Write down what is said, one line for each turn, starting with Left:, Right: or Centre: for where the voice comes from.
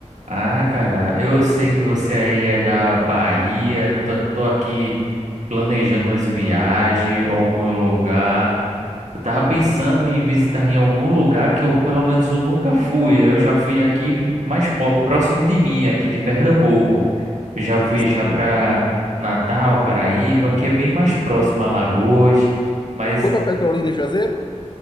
Right: ah, cara, eu sei que você aí é da Bahia, tô, tô aqui planejando umas viagens, algum lugar. Eu tava pensando em visitar em algum lugar que eu, pelo menos, eu nunca fui. Eu já fui aqui mais po- próximo de mim, aqui de Pernambuco. Eu já fui
Left: Sim.
Right: já para Natal, Paraíba, que é bem mais próximo a Alagoas. Mas
Left: Foi para Petrolina e Juazeiro?